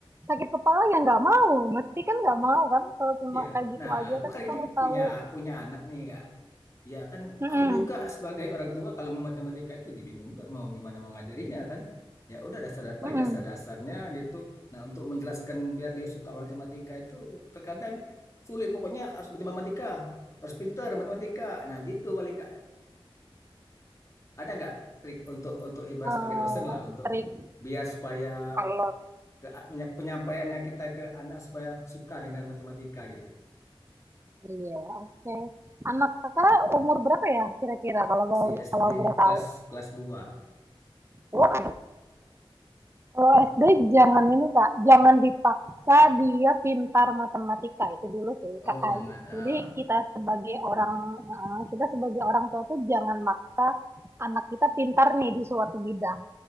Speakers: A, on the right; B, on the left.
A: sakit kepala ya nggak mau mesti kan nggak mau kan kalau cuma
B: Ya,
A: kayak gitu
B: nah
A: aja
B: aku
A: tapi
B: kan ini
A: kalau tahu
B: punya punya anak nih kak. Ya kan,
A: Mm-mm.
B: aku juga sebagai orang tua kalau matematika itu bingung juga mau gimana mau ngajarinya kan. Ya udah dasar paling
A: Mm-mm.
B: dasar-dasarnya gitu. Nah untuk menjelaskan biar dia suka matematika itu terkadang sulit. Pokoknya harus bermatematika harus pintar matematika. Nah gitu paling kak. Ada nggak trik untuk untuk ibarat
A: Eh,
B: sebagai dosen lah untuk
A: trik
B: biar supaya
A: kalau
B: ke, penyampaiannya kita ke anak supaya suka dengan matematika gitu.
A: iya oke anak kakak umur berapa ya kira-kira kalau mau
B: Si SD
A: kalau boleh
B: kelas
A: tahu
B: kelas dua
A: Wah, kalau SD jangan ini kak jangan dipaksa dia pintar matematika itu dulu sih
B: Oh,
A: kakak
B: jangan. ah.
A: jadi kita sebagai orang eh, kita sebagai orang tua tuh jangan maksa anak kita pintar nih di suatu bidang